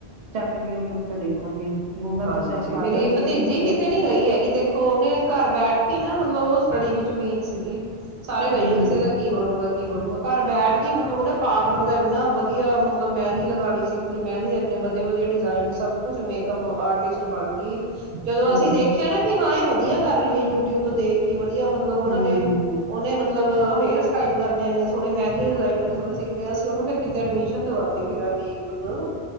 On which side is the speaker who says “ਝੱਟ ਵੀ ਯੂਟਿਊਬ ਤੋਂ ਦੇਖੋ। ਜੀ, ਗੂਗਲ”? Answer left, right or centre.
Right